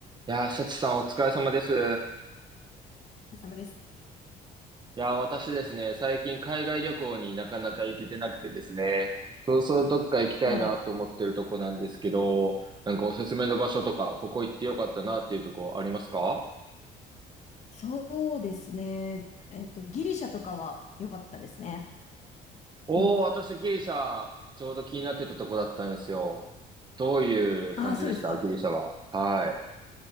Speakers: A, on the right; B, on the left.
A: いやー、幸さんお疲れ様です。い
B: お疲れ様です。
A: やー、私ですね、最近海外旅行になかなか行けてなくてですね、そろそろどっか行きたいなと思ってるとこなんですけど、
B: はい。
A: なんかおすすめの場所とか、ここ行ってよかったなっていうとこありますか
B: そうですね。えっと、ギリシャとかは良かったですね。
A: おー、
B: うん。
A: 私ギリシャ、ちょうど気になってたとこだったんですよ。どういう感じでしたギリシャは。
B: ああ、そうですか。
A: はい。